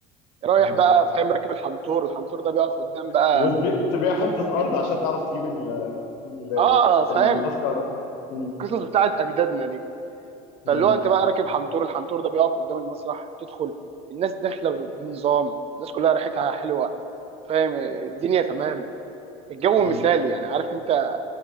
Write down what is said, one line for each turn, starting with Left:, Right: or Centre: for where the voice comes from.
Right: رايح
Left: مم.
Right: بقى فاهم راكب الحنطور الحنطور ده بيقف قدام بقى
Left: وتبيع
Right: ال...
Left: حته ارض عشان تعرف تجيب ال ال-
Right: اه فاهم
Left: التذكرة مم.
Right: القصص بتاعت اجدادنا دي
Left: مم.
Right: فاللي هو انت بقى راكب حنطور الحنطور ده بيقف قدام المسرح تدخل الناس داخله ب- بنظام الناس كلها ريحتها حلوه فاهم الدنيا تمام الجو
Left: مم.
Right: مثالي يعني عارف انت